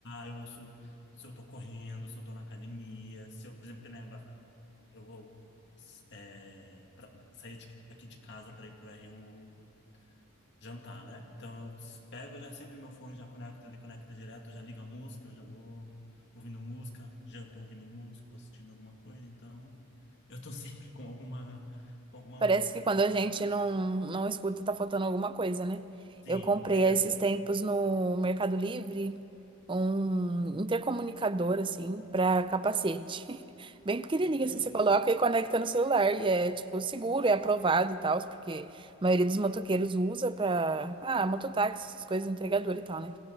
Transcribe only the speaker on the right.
Parece
que quando a gente não, não escuta, tá faltando alguma coisa, né?
Eu comprei
há esses tempos no Mercado Livre um intercomunicador, assim, pra capacete. <laughs> Bem pequenininho,
assim, você coloca e conecta no celular. E é, tipo, seguro, é aprovado e tal, porque a maioria dos motoqueiros usa pra. Ah, mototáxi, essas coisas, entregador e tal, né?